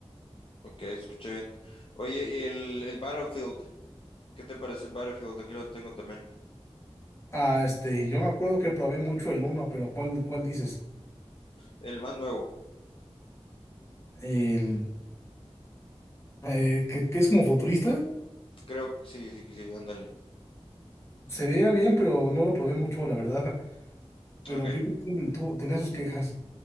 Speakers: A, on the left (about 55°); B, on the left (about 25°).
A: ok, escuché bien. Oye, y el, el Battlefield. ¿Qué te parece el Battlefield? Aquí lo tengo también.
B: Ah, este, yo me acuerdo que probé mucho el uno pero ¿cuál, cuál dices?
A: El más nuevo.
B: El eh, que, que es como futurista.
A: Creo que sí, sí, que sí, ándale.
B: Se veía bien, pero no lo probé mucho, la verdad. Pero
A: Ok.
B: vi que tiene- tu- tenía sus quejas.